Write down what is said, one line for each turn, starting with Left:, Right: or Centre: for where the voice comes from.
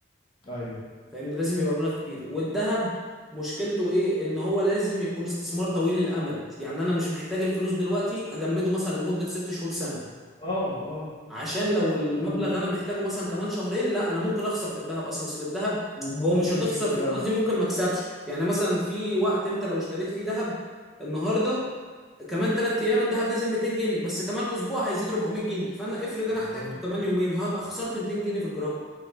Left: ايوه
Centre: فاهمني لازم يبقى مبلغ كبير والذهب مشكلته ايه ان هو لازم يكون استثمار طويل الامد يعني انا مش محتاج الفلوس دلوقتي اجمده مثلا لمدة ست شهور سنة
Left: اه اه
Centre: عشان لو المبلغ
Left: و...
Centre: انا محتاجه مثلا كمان شهرين لا انا ممكن اخسر في الذهب اصلا اصل الذهب
Left: وممكن
Centre: هو مش هتخسر
Left: فكره
Centre: في قصدي ممكن ما اكسبش يعني مثلا في وقت انت لو اشتريت فيه ذهب النهارده كمان ثلاث ايام الذهب نزل 200 جنيه بس كمان اسبوع هيزيد 400 جنيه فانا افرض انا
Left: بالظبط
Centre: احتاجته كمان يومين هبقى خسرت 200 جنيه في الجرام